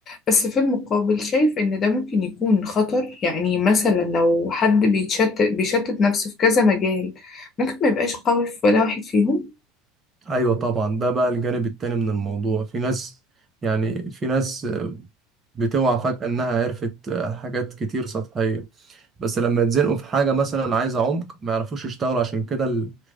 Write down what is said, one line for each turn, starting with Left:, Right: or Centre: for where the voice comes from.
Left: بس في المقابل شايف ان ده ممكن يكون خطر يعني مثلا لو حد بيتشتت بيشتت نفسه في كذا مجال ممكن ما يبقاش قوي في ولا واحد فيهم
Right: ايوه طبعا ده بقى الجانب التاني من الموضوع في ناس يعني في ناس بتوعى فجأة انها عرفت حاجات كتير سطحية بس لما يتزنقوا في حاجة مثلا عايزة عمق ما يعرفوش يشتغلوا عشان كده ال-